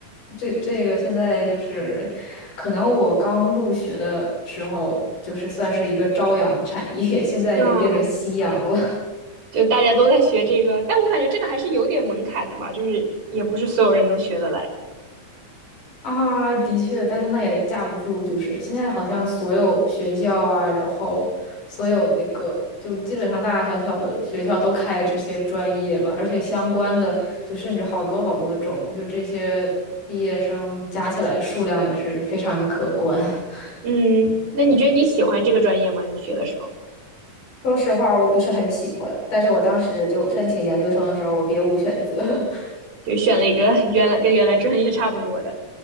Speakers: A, on the left (about 80°); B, on the right (about 75°).
A: 这这个现在就是，可能我刚入学的时候就是算是一个朝阳产业，<laughs> 现在已经变成夕阳了。
B: 嗯，就大家都在学这个，但我感觉这个还是有点门槛的吧，就是也不是所有人都学得来。
A: 啊，的确，但是那也架不住，就是现在好像所有学校啊，然后所有那个，就基本上大大小小的学校都开这些专业吧，而且相关的就甚至好多好多种，就这些毕业生加起来数量也是非常的可观。<laughs>
B: 嗯，那你觉得你喜欢这个专业吗？你学的时候
A: 说实话，我不是很喜欢，但是我当时就申请研究生的时候，我别无选择。<laughs>
B: 就选了一个 <laughs> 原来跟原来专业差不多的。